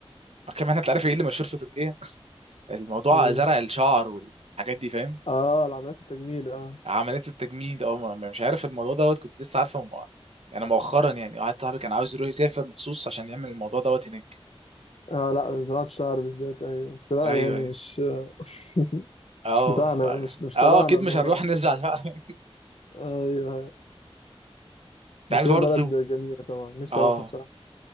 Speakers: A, on the right (about 75°); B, on the left (about 70°).
A: اه كمان انت عارف ايه اللي مشهور في تركيا <laughs> الموضوع
B: إيه.
A: زرع الشعر والحاجات دي فاهم
B: اه العمليات التجميل اه
A: عمليه التجميل ده اه ما- ما- مش عارف الموضوع دوت كنت لسه عارفه مو... يعني مؤخرا يعني واحد صاحبي كان عاوز يروح يسافر مخصوص عشان يعمل الموضوع دوت هناك
B: اه لا زراعة الشعر بالذات ايوه بس لا
A: ايوه
B: يعني
A: ايوه
B: مش <laughs>
A: اه
B: مش بتاعنا
A: ف...
B: مش مش
A: اه
B: تبعنا
A: اكيد
B: الموضوع
A: مش هنروح
B: ده
A: نزرع شعر <laughs>
B: ايوه أيوة.
A: انت
B: بس
A: عايز برضه
B: هي البلد
A: تدوب
B: جميلة طبعا نفسي
A: اه
B: اروحها بصراحة